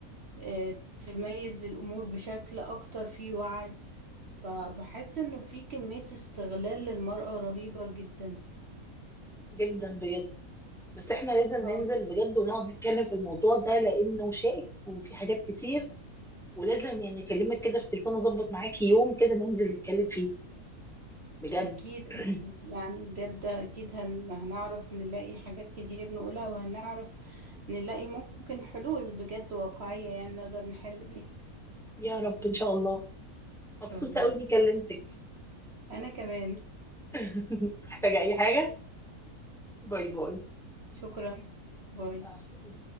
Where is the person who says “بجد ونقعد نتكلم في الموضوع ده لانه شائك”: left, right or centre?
Centre